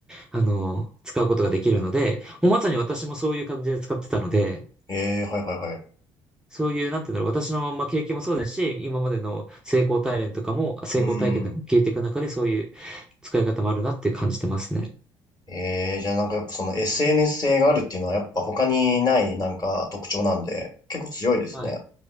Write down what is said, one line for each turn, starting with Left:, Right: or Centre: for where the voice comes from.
Centre: あの、使うことができるので、もうまさに私もそういう感じで使ってたので、
Left: ええはいはいはい。
Centre: そういう、なんていうんだろう、私の、まあ、経験もそうですし、今までの成功体験とかも、成功体験とかも聞いていく中で、
Left: うん。
Centre: そういう使い方もあるなって感じてますね。
Left: ええじゃあなんかやっぱその SNS 性があるっていうのはやっぱ他にないなんか特徴なんで、結構強いですね。
Centre: はい。